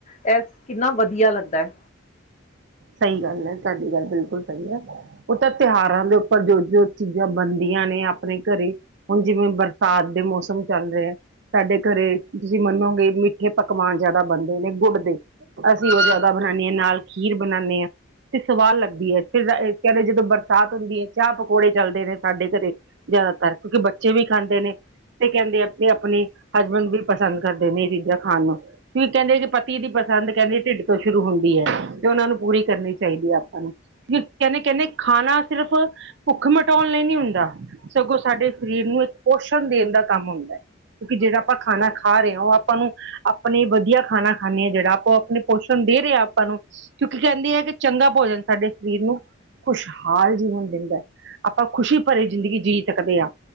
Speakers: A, on the left; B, on the right.
A: ਐ ਕਿੰਨਾ ਵਦੀਆ ਲੱਗਦਾ।
B: ਸਈ ਗੱਲ ਐ ਤਾਡੀ ਗੱਲ ਬਿਲਕੁਲ ਸਈ ਐ। ਓ ਤਾਂ ਤਿਓਹਾਰਾਂ ਦੇ ਉੱਪਰ ਜੋ-ਜੋ ਚੀਜ਼ਾਂ ਬਨਦੀਆਂ ਨੇ ਆਪਨੇ ਘਰੇਂ ਹੁਨ ਜਿਵੇਂ ਬਰ ਸਾਗ ਦੇ ਮੌਸਮ ਚੱਲ ਰੇਆ। ਸਾਡੇ ਘਰੇ ਤੁਸੀਂ ਮੰਨੋਗੇ ਮਿੱਠੇ ਪਕਵਾਨ ਜ਼ਿਆਦਾ ਬਣਦੇ ਨੇ ਗੁੜ ਦੇ, ਅਸੀਂ ਉਹ ਜਿਆਦਾ ਬਣਾਉਣੇ ਆ ਨਾਲ ਖੀਰ ਬਣਾਉਣੇ ਆ ਤੇ ਸਵਾਦ ਲੱਗਦੀ ਏ। ਫਿਰ ਕਹਿੰਦੇ ਜਦੋਂ ਬਰਸਾਤ ਹੁੰਦੀ ਏ ਚਾਹ ਪਕੌੜੇ ਚੱਲਦੇ ਨੇ ਸਾਡੇ ਘਰੇ ਜ਼ਿਆਦਾਤਰ ਕਿਉਂਕਿ ਬੱਚੇ ਵੀ ਖਾਂਦੇ ਨੇ ਤੇ ਕਹਿੰਦੇ ਆਪਣੀ ਹਸਬੈਂਡ ਵੀ ਪਸੰਦ ਕਰਦੇ ਨੇ ਇਹ ਚੀਜ਼ਾਂ ਖਾਣ ਨੂੰ ਕੀ ਕਹਿੰਦੇ ਕਿ ਪਤੀ ਦੀ ਪਸੰਦ ਕਹਿੰਦੇ ਢਿੱਡ ਤੋਂ ਸ਼ੁਰੂ ਹੁੰਦੀ ਹੈ। ਸਾਨੂੰ ਪੂਰੀ ਕਰਨੀ ਚਾਹੀਦੀ ਹੈ ਆਪਾਂ ਨੂੰ ਕਹਿੰਦੇ ਕਹਿੰਦੇ ਖਾਣਾ ਸਿਰਫ ਭੁੱਖ ਮਿਟਾਉਣ ਲਈ ਨੀ ਹੁੰਦਾ ਸਗੋਂ ਸਾਡੇ ਸਰੀਰ ਨੂੰ ਇੱਕ ਪੋਸ਼ਣ ਦੇਣ ਦਾ ਕੰਮ ਹੁੰਦਾ ਹੈ। ਕਿਉਂਕਿ ਜਿਹੜਾ ਆਪਾਂ ਖਾਣਾ ਖਾ ਰਹੇ ਹੋ ਆਪਾਂ ਨੂੰ ਆਪਣੇ ਵਧੀਆ ਖਾਣਾ ਖਾਂਦੇ ਹਾਂ ਜਿਹੜਾ ਆਪਾਂ ਅਪੋ ਉਹ ਆਪਣੇ ਪੋਸ਼ਣ ਦੇ ਰਹੇ ਹਾਂ ਆਪਾਂ ਨੂੰ। ਕਿਉਂਕਿ ਕਹਿੰਦੇ ਹੈ ਕਿ ਚੰਗਾ ਭੋਜਨ ਸਾਡੇ ਸਰੀਰ ਨੂੰ ਖੁਸ਼ਹਾਲ ਜੀਵਨ ਦਿੰਦਾ ਹੈ ਆਪਾਂ ਖੁਸ਼ੀ ਭਰੀ ਜ਼ਿੰਦਗੀ ਜੀ ਸਕਦੇ ਹਾਂ।